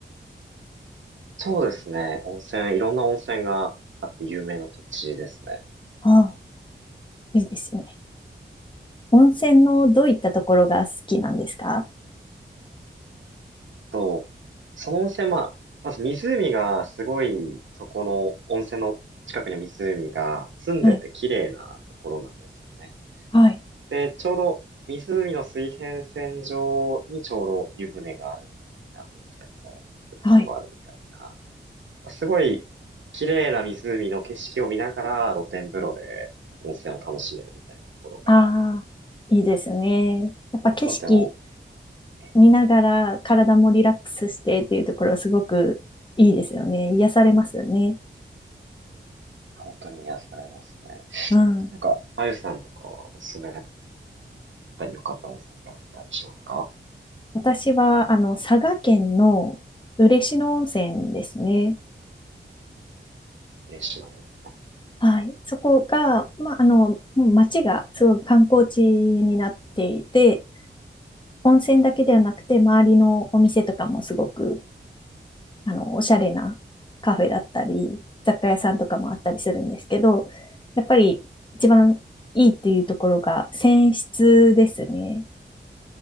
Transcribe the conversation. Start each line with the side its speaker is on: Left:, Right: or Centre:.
Right: そうですね。温泉、いろんな温泉があって有名な土地ですね。
Left: ああ。いいですね。温泉のどういったところが好きなんですか
Right: と、その温泉、まあ、まず湖がすごい、そこの温泉の近くには湖が澄んでて綺麗なところなんですよね。
Left: はい、はい、
Right: で、ちょうど湖の水平線上にちょうど湯船があるみたいな、温泉の浴槽があるみたいな、
Left: はい。
Right: まあすごい綺麗な湖の景色を見ながら露天風呂で温泉を楽しめるみたいなところが、
Left: ああ、いいですね。やっぱ景色
Right: とても、え、
Left: 見ながら体もリラックスしてっていうところすごくいいですよね。癒されますよね。
Right: 本当に癒されますね。
Left: うん。
Right: なんか、あゆさんとかはおすすめたり良かった温泉ってあったりしますか
Left: 私は、あの、佐賀県の嬉野温泉ですね。
Right: 嬉しいな温
Left: はい。そこが、まあ、あの、もう町がすごく観光地になっていて、温泉だけではなくて、周りのお店とかもすごくあの、おしゃれなカフェだったり、雑貨屋さんとかもあったりするんですけど、やっぱり一番いいっていうところが泉質ですね。